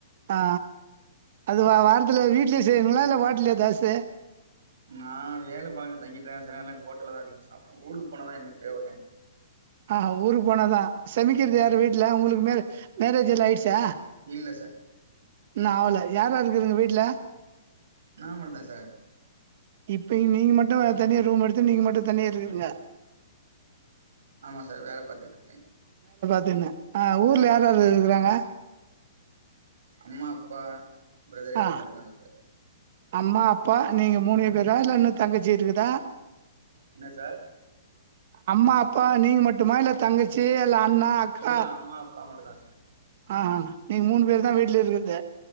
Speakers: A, on the right; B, on the right.
A: ஆ அது வா வாரத்துல வீட்லயே செய்வீங்களா இல்ல ஓட்டல்லயா ஜாஸ்தி
B: நா வேல பாக்கறது தங்கிதா சார் அதனால ஹோட்டல்லதா அதிகமா சாப்டுவ ஊருக்கு போனாதா என்ன எப்பயோ ஒரு டைம்
A: ஆஹா ஊருக்கு போனாதா சமிக்கிறது யாரு
B: ம்
A: வீட்ல உங்களுக்கு மேரு மேரேஜ் எல்லா ஆயிடுச்சா
B: இல்ல சார்
A: இன்னு ஆவல யார் யாரு இருக்கறீங்க வீட்ல?
B: நா மட்டுந்தா சார்
A: இப்ப நீங்க மட்டு தனியா ரூம் எடுத்து நீங்க மட்டு தனியா இருக்குறீங்க
B: ஆமா சார் வேல பாத்துட்டு இருக்கேன்
A: இது என்னா ஆஹ் ஊர்ல யார் யார் இருக்குறாங்க
B: அம்மா அப்பா பிரதர் எல்லாம
A: ஆ
B: இருக்காங்க சார்
A: அம்மா அப்பா நீங்க மூணே பேர் இல்ல இன்னும் தங்கச்சி இருக்குதா
B: என்ன சார்
A: அம்மா அப்பா நீங்க மட்டுமா இல்ல தங்கச்சி <unintelligible> அண்ணா அக்கா
B: இல்ல இல்ல அம்மா அப்பா மட்டுந்தா சார்
A: ஆஹ் ஆஹ் நீங்க மூணு பேரு தான் வீட்டுல இருக்குது